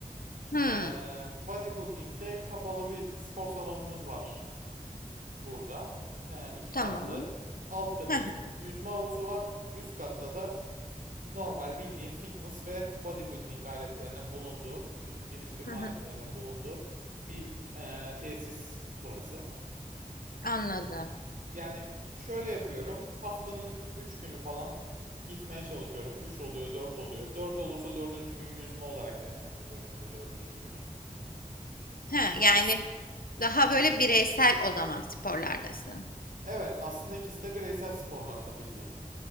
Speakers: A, on the left (about 80°); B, on the right (about 65°).
A: Hı.
B: Ee, bodybuilding'de kapalı bir spor salonumuz var burada. Ee, iki
A: Tamam.
B: katlı. Alt katı
A: Hı hı.
B: yüzme havuzu var. Üst katta da normal bildiğin fitness ve bodybuilding aletlerinin bulunduğu, vücut geliştirme
A: Hı
B: aletlerinin
A: hı.
B: bulunduğu bir e, tesis burası.
A: Anladım.
B: Yani şöyle yapıyorum. Haftanın 3 günü falan gitmeye çalışıyorum. üç oluyor, 4 oluyor. dört olursa dördüncü gün yüzme olarak değerlendiriyorum bu dördüncü günü.
A: He, yani daha böyle bireysel o zaman sporlardasın.
B: Evet, aslında ikisi de bireysel sporlar tabii ki.